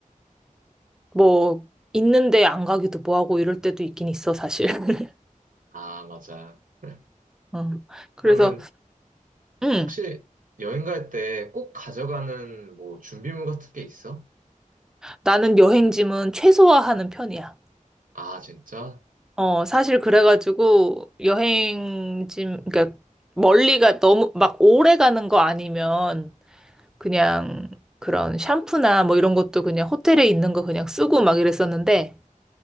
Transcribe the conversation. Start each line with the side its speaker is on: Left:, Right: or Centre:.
Centre: 뭐 있는데 안 가기도 뭐하고 이럴 때도 있긴 있어 사실. <laughs>
Right: 아, 맞아. <laughs>
Centre: 어. 그래서
Right: 그러면
Centre: 음
Right: 혹시 여행 갈 때 꼭 가져가는 뭐 준비물 같은 게 있어?
Centre: 나는 여행짐은 최소화하는 편이야.
Right: 아, 진짜?
Centre: 어 사실 그래가지고 여행짐 그러니까 멀리가 너무 막 오래 가는 거 아니면 그냥 그런 샴푸나 뭐 이런 것도 그냥 호텔에 있는 거 그냥 쓰고 막 이랬었는데